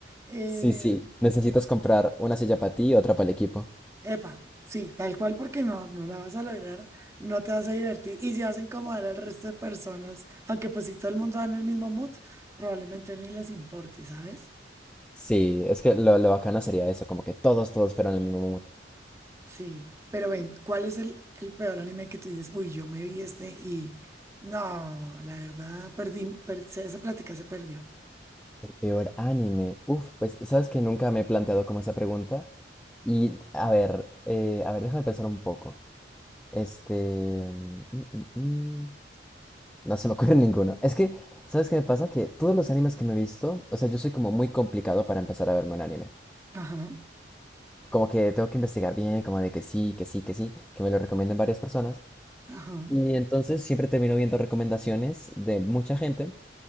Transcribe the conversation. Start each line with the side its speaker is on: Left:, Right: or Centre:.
Right: Em,
Centre: Sí, sí, necesitas comprar una silla para ti y otra para el equipo.
Right: Epa, sí, tal cual porque no, no la vas a lograr, no te vas a divertir y si vas a incomodar al resto de personas, aunque pues si todo el mundo va en el mismo mood, probablemente ni les importe, ¿sabes?
Centre: Sí, es que lo, lo bacano sería eso, como que todos, todos fueran el mismo mood.
Right: Sí, pero ven, ¿cuál es el, el peor anime que tú dices? Uy, yo me vi este y no, la verdad, perdí, per- se- esa plática se perdió.
Centre: El peor anime. Uf, pues sabes que nunca me he planteado como esa pregunta. Y a ver, eh, a ver, déjame pensar un poco. Este... mm, mm, mm, No se me ocurre <laughs> ninguno. Es que, ¿sabes qué me pasa? Que todos los animes que me he visto, o sea, yo soy como muy complicado para empezar a verme un anime.
Right: Ajá,
Centre: Como que tengo que investigar bien, como de que sí, que sí, que sí, que me lo recomienden varias personas.
Right: ajá.
Centre: Y entonces siempre termino viendo recomendaciones de mucha gente